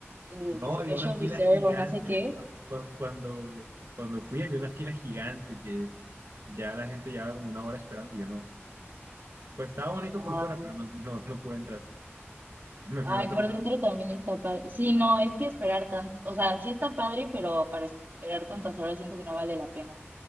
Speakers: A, on the right; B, on the right.
A: eh,
B: No,
A: Special
B: había una fila
A: Reserve
B: gigante.
A: o no sé qué?
B: Cu- cu- Cuando, cuando fui había una fila gigante que ya la gente llevaba como una hora esperando y yo no. Pues estaba bonito
A: Ah,
B: por fuera, pero no, no, no pude entrar. <laughs> Me
A: ay,
B: fui a otro
A: por
B: lado.
A: dentro también está padre. Sí, no, es que esperar tanto, o sea, sí está padre, pero para esperar tantas horas siento que no vale la pena.